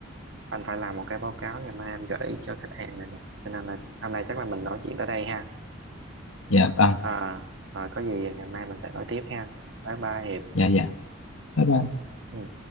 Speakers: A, on the right; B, on the left.
A: anh phải làm một cái báo cáo ngày mai anh gửi cho khách hàng này nè cho nên là hôm nay chắc là mình nói chuyện tới đây ha
B: dạ vâng
A: à, rồi có gì ngày mai mình sẽ nói tiếp ha bye bye Hiệp
B: dạ dạ Bye bye.
A: Ừ.